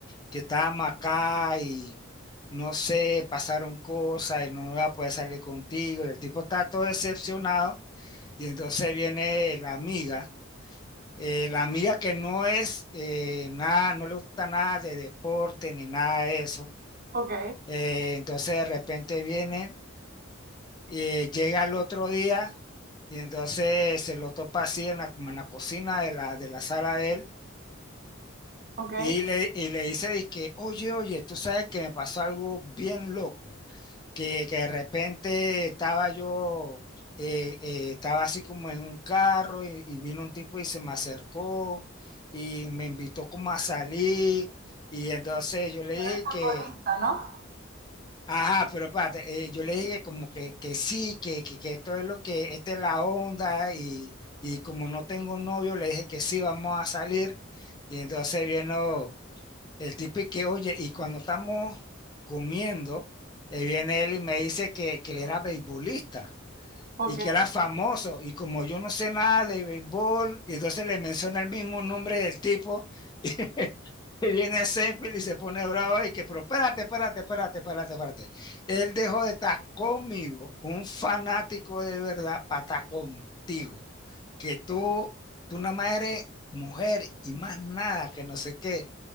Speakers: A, on the left (about 20°); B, on the right (about 45°).
A: que estábamos acá y no sé, pasaron cosas y no voy a poder salir contigo. Y el tipo está todo decepcionado y entonces viene la amiga, eh, la amiga que no es eh, nada, no le gusta nada de deporte ni nada de eso.
B: Ok,
A: Eh, entonces de repente viene, eh, llega el otro día y entonces se lo topa así en la, como en la cocina de la, de la sala de él
B: ok. Era
A: Y le, y le dice, dizque, oye, oye, tú sabes que me pasó algo bien loco, que, que de repente estaba yo, eh, eh, estaba así como en un carro y, y vino un tipo y se me acercó y me invitó como a salir y entonces yo le
B: el
A: dije
B: futbolista,
A: que,
B: ¿no?
A: ajá, pero espérate, eh, yo le dije que como que, que sí, que, que, que esto es lo que, esta es la onda y, y como no tengo novio, le dije que sí, vamos a salir y entonces vino... El tipo y que, oye, y cuando estamos comiendo, eh, viene él y me dice que, que él era beisbolista
B: Ok.
A: y que era famoso. Y como yo no sé nada de béisbol, y entonces le menciona el mismo nombre del tipo, <laughs> y viene Seinfeld y se pone bravo y que, pero espérate, espérate, espérate, espérate, espérate. Él dejó de estar conmigo, un fanático de verdad, para estar contigo. Que tú, tú nada más eres mujer y más nada, que no sé qué.